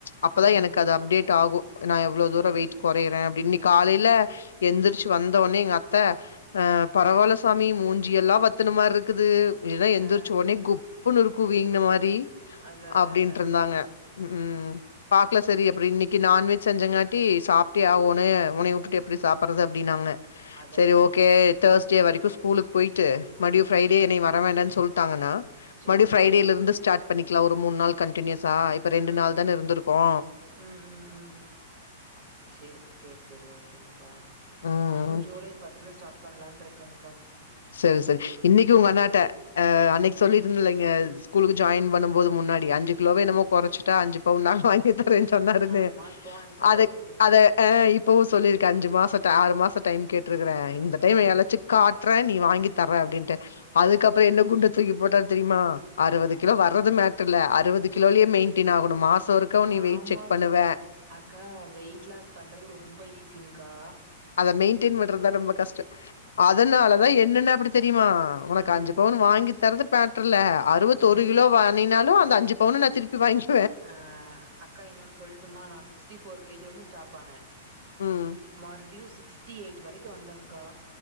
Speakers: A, on the left; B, on the right.
A: அப்பதா
B: ம்,
A: எனக்கு அது
B: ம்.
A: அப்டேட் ஆகும் நான் எவ்ளோ
B: அதான்,
A: தூர
B: அதான்.
A: வெயிட் கொறையுர அப்டின்னு இன்னிக்
B: ம்.
A: காலில எந்திரிச்சு வந்தவொன்னே எங்க அத்த அ பரவாலசாமி மூஞ்சில்லா வத்தன மாரி இருக்குது இல்லனா எந்திரிச்ச
B: ஆ.
A: ஒனே குப்புன்னு இருக்கும் விங்கின மாரி
B: அதான், அதான்,
A: அப்டின்ட்ருந்தாங்க
B: அதான்க்கா.
A: ம் பாக்கல சரி அப்டி இன்னிக் கி நான்வெஜ் செஞ்சங்காட்டி சாப்ட்டே அவோனு உனே ட்டு எப்டி
B: ம்.
A: சாப்பறது அப்டின்னாங்க
B: அதான்,
A: சரி
B: அதான்க்கா.
A: ஓகே தேர்ஸ்டே வரைக்கும் ஸ்கூலுக்கு போயிட்டு மறுடியும் ஃப்ரைடே
B: ம், ம்.
A: என்னிய வர வேண்டான் சொல்ட்டாங்னா
B: சரிங்க்கா.
A: மறுடியும் ஃப்ரைடேல இர்ந்து ஸ்டார்ட் பண்ணிக்கலா ஒரு மூணு நாள் கண்டினியூஸா இப்ப ரெண்டு
B: ம்.
A: நாள் தானே இர்ந்துருகோ
B: ம், ம் ம் செர் செர் செரி ஓகேங்க்கா
A: ம்
B: நானு
A: ம்
B: ஜூலை ஃபர்ஸ்ட்ல ஸ்டார்ட் பண்லான்ட் இருக்கேங்க்கா
A: செரி செரி இன்னிக்கு உங்க அண்ணாட்ட அ
B: ம்.
A: அன்னைக்கு சொல்லிட் இல்லங்க ஸ்கூல்க்கு ஜாயின் பண்ணும் போது முன்னாடி அஞ்சு கிலோவோ என்னமோ குறைச்சுட்டே அஞ்சு பவுன் நா வாங்கிதா தரேன் சொன்னாருன்னு
B: ஆமா. அது போன டிசம்பரோட
A: அத
B: முடிஞ்சது.
A: அத அன் இப் இப்பவும் சொல்லிருக அஞ்சு மாசம் ஆறு மாசம் டைம் கேட்டுருக்றேன் இந்த டைம்
B: ஆ,
A: எளச்சு காட் றேன் நீ வாங்கி தர்ற அப்டின்டு அதுக்கப்புற என்ன குண்டு தூக்கி போட்டாரு தெரியுமா அறுவது
B: ஆ.
A: கிலோ வர றது மேட்டர் இல்ல அறுவது கிலோலயே மெயின்டென் ஆகணும் மாசம் ஒருக்கா நீ
B: ஆமாக்கா.
A: வெயிட் செக் பண்ணுவ
B: அக்கா வெயிட் லாஸ் பண்றது ரொம்ப ஈஸிங்கா
A: அத மெயின்டெயின் பண்றதா ரொம்ப கஷ்டம் அதனாலதா
B: அ
A: என்னன்ன அப்டி தெரியுமா உனக்கு
B: ம்,
A: அஞ்சு பவுன் வாங்கி தரது பேண் டுல்ல அறுவத்து
B: ம்.
A: ஒரு கிலோ வானினாலு அந்த அஞ்சு பவுனு நா திருப்பி வாங்கி
B: அ அக்கா இன்னொன்னு சொல்ட்டுமா நா சிக்ஸ்டி ஃபோர் கேஜி வந்து ஸ்டாப் பன்னே
A: ம்,
B: மறுடியு சிக்ஸ்டி எயிட் வரைக்கு வந்தங்க்கா